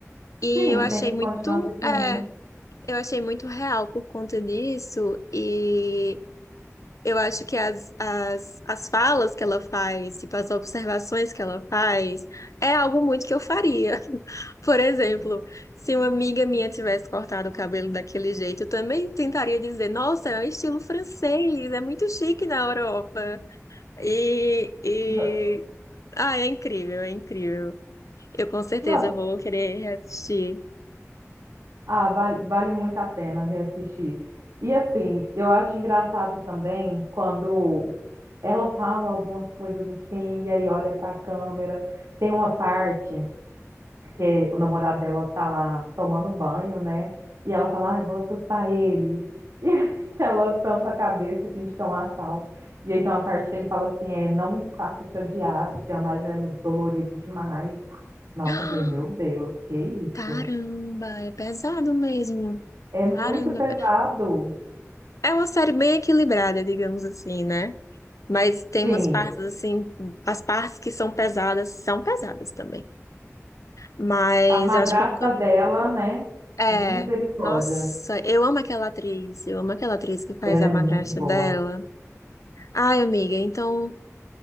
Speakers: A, on the left; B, on the right.
A: E
B: Sim,
A: eu achei
B: tem que continuar
A: muito,
B: vivendo.
A: é, eu achei muito real por conta disso. e eu acho que as, as, as falas que ela faz, tipo, as observações que ela faz, é algo muito que eu faria. <laughs> Por exemplo, se uma amiga minha tivesse cortado o cabelo daquele jeito, eu também tentaria dizer, nossa, é um estilo francês, é muito chique na Europa. E, e...
B: No-
A: Ah, é incrível, é incrível. Eu com certeza
B: Nossa,
A: vou querer reassistir.
B: Ah, vale, vale muito a pena reassistir. E assim, eu acho engraçado também quando ela fala algumas coisas assim, e aí olha para a câmera. Tem uma parte que o namorado dela tá lá tomando banho, né? E ela fala, ai, vou assustar ele. E <laughs> ela tampa a cabeça e finge que é um assalto. E aí tem uma parte que ele fala assim, é, não me faça te odiar, te amar já é dolorido demais. Nossa,
A: <gasps>
B: eu falei, meu Deus, que isso?
A: Caramba, é pesado mesmo.
B: É muito
A: Caramba,
B: pesado.
A: é pe- é uma série bem equilibrada, digamos assim, né? Mas tem
B: Sim,
A: umas partes assim, as partes que são pesadas, são pesadas também. Mas
B: a madrasta
A: eu acho que eu nunca.
B: dela, né?
A: É,
B: Misericórdia.
A: nossa, eu amo aquela atriz, eu amo aquela atriz que faz
B: Ela
A: a
B: é
A: madrasta
B: muito boa.
A: dela. Ai, amiga, então,